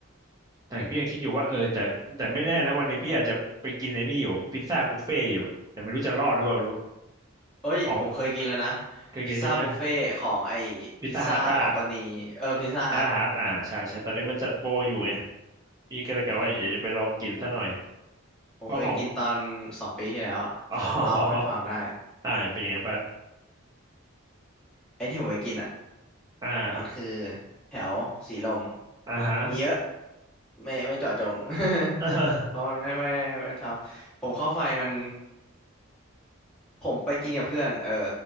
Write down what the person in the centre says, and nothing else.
เอ้ยผมเคยกินแล้วนะ
พิซซ่าบุฟเฟ่ของไอ้
พิซซ่าคอมพานีเออพิซซ่าฮัท
หืมผมเคยกินตอนสองปีที่แล้วอ่ะผมเล่าให้ฟังได้
ไอ้ที่ผมไปกินอ่ะ
มันคือแถวสีลม
มีเยอะ ไม่ไม่เจาะจง <laughs>
เพราะมันไม่ไม่ไม่ไม่ทำผมเข้าไฟมันผมไปกินกับเพื่อนเออ